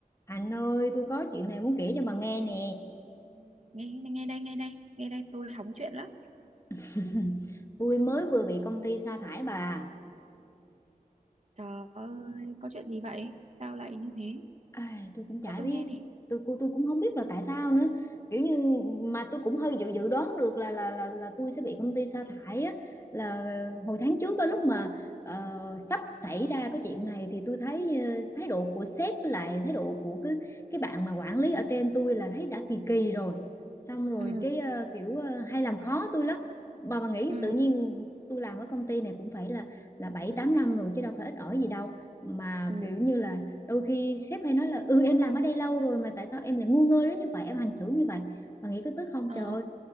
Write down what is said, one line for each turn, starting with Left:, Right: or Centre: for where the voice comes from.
Left: Anh ơi, tôi có chuyện này muốn kể cho bà nghe nè.
Right: nghe nghe đây nghe đây nghe đây tôi hóng chuyện lắm
Left: <laughs> Tôi mới vừa bị công ty sa thải bà.
Right: trời ơi có chuyện gì vậy sao lại như thế
Left: Ai, tôi cũng chả
Right: có tôi
Left: biết
Right: nghe đi
Left: tôi cô tôi cũng không biết là tại sao nữa kiểu như mà tôi cũng hơi dự dự đoán được là là là là tôi sẽ bị công ty sa thải á là hồi tháng trước á lúc mà ờ, sắp xảy ra cái chuyện này thì tôi thấy ờ, thái độ của sếp với lại thái độ của cái cái bạn mà quản lý ở trên tôi là thấy đã kỳ kỳ rồi xong rồi
Right: ừ
Left: cái ờ, kiểu ờ, hay làm khó tôi lắm bà bà nghĩ
Right: ừ
Left: tự nhiên tôi làm ở công ty này cũng phải là là bảy tám năm rồi chứ đâu phải ít ỏi gì đâu mà
Right: ừ
Left: kiểu như là đôi khi sếp hay nói là ừ em làm ở đây lâu rồi mà tại sao em lại ngu ngơ đến như vậy em hành xử như vậy mà nghĩ có tức không
Right: ờ
Left: trời ơi